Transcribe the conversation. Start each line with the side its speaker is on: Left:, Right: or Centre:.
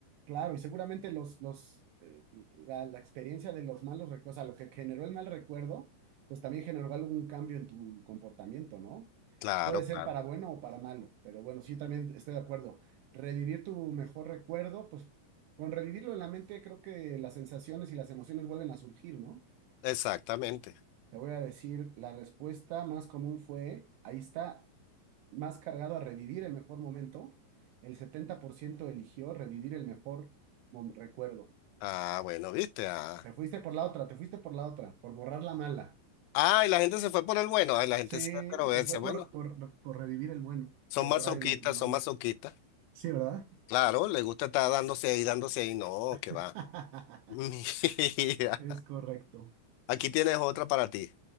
Right: Claro, y seguramente los, los, eh, la, la experiencia de los malos recuerdos, o sea, lo que generó el mal recuerdo, pues también generó algún cambio en tu comportamiento, ¿no?
Left: Claro,
Right: Puede ser
Left: claro.
Right: para bueno o para malo, pero bueno, sí, también estoy de acuerdo. Revivir tu mejor recuerdo, pues con revivirlo en la mente, creo que las sensaciones y las emociones vuelven a surgir, ¿no?
Left: Exactamente.
Right: Te voy a decir, la respuesta más común fue, ahí está, más cargado a revivir el mejor momento. El 70% eligió revivir el mejor mom- recuerdo.
Left: Ah, bueno, viste. Ah.
Right: Te fuiste por la otra, te fuiste por la otra, por borrar la mala.
Left: Ay, la gente se fue por el bueno. Ay, la
Right: Sí,
Left: gente se fue pero verse.
Right: se fue
Left: Bueno,
Right: por, por, por revivir el bueno,
Left: son
Right: que borrar
Left: masoquistas,
Right: el mal.
Left: son masoquistas.
Right: Sí, ¿verdad?
Left: Claro, les gusta estar dándose ahí, dándose ahí. No,
Right: <laughs>
Left: que va. <laughs> Mira,
Right: Es correcto.
Left: aquí tienes otra para ti.